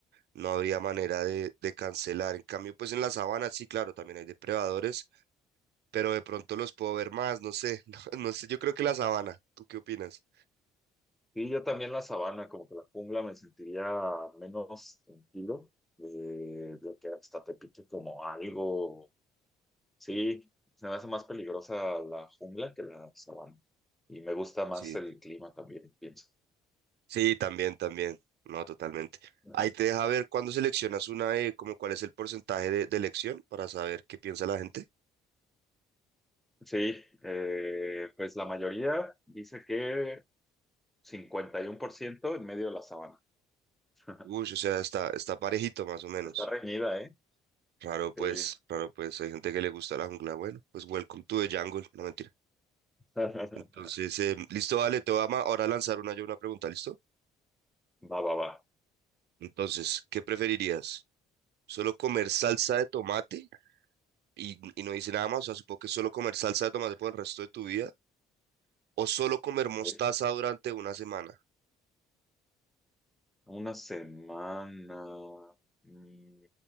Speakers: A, on the right (about 55°); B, in the centre.
A: no habría manera de, de cancelar. En cambio, pues en la sabana sí, claro, también hay depredadores pero de pronto los puedo ver más, no sé, <laughs> no, no sé, yo creo que la sabana, ¿tú qué opinas?
B: Y yo también la sabana, como que la jungla me sentiría menos tranquilo eh, de que hasta te pique como algo. Sí, se me hace más peligrosa la jungla que la sabana. Y me gusta más
A: Sí,
B: el clima también, pienso.
A: Sí, también, también, no, totalmente.
B: Ajá.
A: Ahí te deja ver cuando seleccionas una de, como cuál es el porcentaje de, de elección para saber qué piensa la gente.
B: Sí, eh, pues la mayoría dice que 51% en medio de la sabana. <laughs>
A: Uy, o sea, está, está parejito más o menos.
B: Está reñida, ¿eh?
A: Raro pues,
B: Sí.
A: raro pues, hay gente que le gusta la jungla, bueno, pues welcome to the jungle, no mentira.
B: <laughs>
A: Entonces, eh, listo, vale, te voy a ma- ahora a lanzar una yo una pregunta, ¿listo?
B: Va, va, va.
A: Entonces, ¿qué preferirías? ¿Solo comer salsa de tomate? y, y no dice nada más, o sea, supongo que solo comer salsa de tomate por el resto de tu vida o solo comer
B: A
A: mostaza
B: ver,
A: durante una semana.
B: Una semana. Mm,